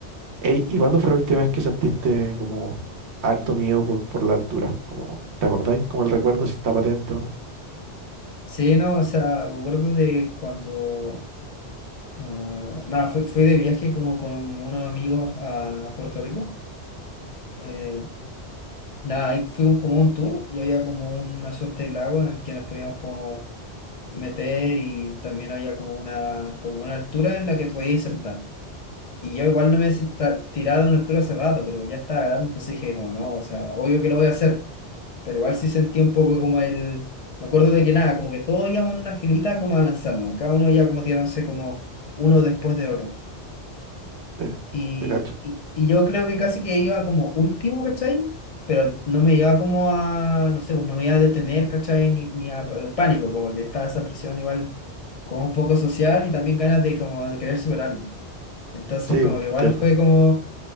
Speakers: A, on the right (about 75°); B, on the left (about 45°).
A: Ey, ¿y
B: Mm.
A: cuándo fue la última vez que sentiste como harto miedo por, por la altura? Como, ¿te acordáis? Como el recuerdo si está patente o no.
B: Sí, no, o sea, me acuerdo de cuando, ah, nada, fui, fui de viaje como con unos amigos a Puerto Rico, eh, Nada, ahí fue un- como un tour y había como una suerte de lago en el que nos podíamos como meter y también había como una, como una altura en la que te podías sentar. Y yo igual no me he senta- tirado en una altura hace rato, pero ya estaba grande, entonces dije como no, o sea, obvio que lo voy a hacer, pero igual sí sentí un poco como el... Me acuerdo de que nada, como que todos íbamos en una filita como a lanzarnos, cada uno ya como tirándose como uno después de otro.
A: Sí,
B: Y,
A: te cacho.
B: y, y yo creo que casi que iba como último, ¿cachai? Pero no me iba como a, no sé, pues no me iba a detener, ¿cachai? Ni, ni a- al pánico, como que estaba esa presión igual como un poco social y también ganas de como de querer superarlo. Entonces
A: Sí,
B: como
A: pues
B: que
A: te
B: igual
A: entiendo.
B: fue como,